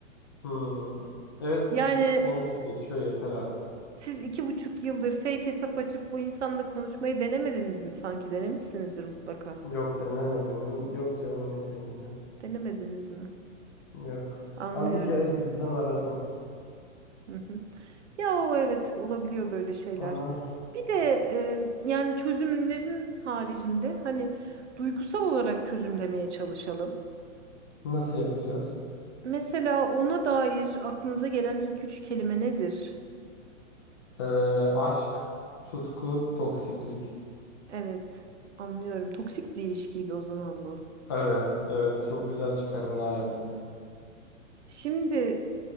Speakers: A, on the left (about 20°); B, on the right (about 60°).
A: Hmm. Evet
B: Yani
A: iki buçuk senedir geçiyor yeter artık.
B: Siz iki buçuk yıldır fake hesap açıp bu insanla konuşmayı denemediniz mi sanki? Denemişsinizdir mutlaka.
A: Yok denemedim. Yok canım ne deneyeceğim.
B: Denemediniz mi?
A: Yok.
B: Anlıyorum.
A: Ben bir kere gizliden aradım.
B: Hı hı. Ya o evet olabiliyor böyle şeyler.
A: Aha.
B: Bir de e, yani çözümlerin haricinde hani duygusal olarak çözümlemeye çalışalım.
A: Nasıl yapacağız?
B: Mesela ona dair aklınıza gelen ilk üç kelime nedir?
A: Ee, aşk, tutku, toksiklik.
B: Evet, anlıyorum. Toksik bir ilişkiydi o zaman bu.
A: Evet, evet. Çok güzel çıkarımlar yaptınız.
B: Şimdi